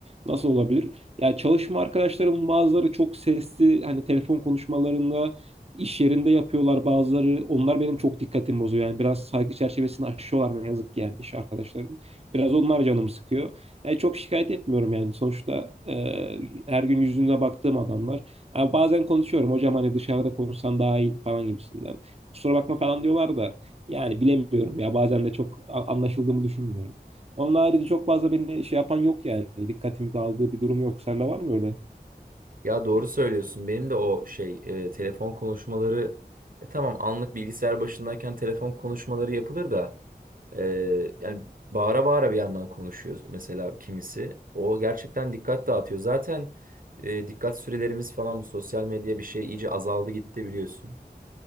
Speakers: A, on the right; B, on the right.
A: nasıl olabilir? Ya çalışma arkadaşlarımın bazıları çok sesli hani telefon konuşmalarında iş yerinde yapıyorlar bazıları. Onlar benim çok dikkatimi bozuyor. Yani biraz saygı çerçevesini aşıyorlar ne yazık ki yani iş arkadaşlarım. Biraz onlar canımı sıkıyor. E, çok şikayet etmiyorum yani. Sonuçta e, her gün yüzüne baktığım adamlar. Ha, bazen konuşuyorum hocam hani dışarıda konuşsan daha iyi falan gibisinden. Kusura bakma falan diyorlar da yani bilemiyorum ya bazen de çok a- anlaşıldığımı düşünmüyorum. Onun harici çok fazla beni şey yapan yok yani. Dikkatimi dağıldığı bir durum yok. Sende var mı öyle?
B: Ya doğru söylüyorsun. Benim de o şey e, telefon konuşmaları e, tamam anlık bilgisayar başındayken telefon konuşmaları yapılır da e, yani bağıra bağıra bir yandan konuşuyor mesela kimisi. O gerçekten dikkat dağıtıyor. Zaten e, dikkat sürelerimiz falan bu sosyal medya bir şey iyice azaldı gitti biliyorsun.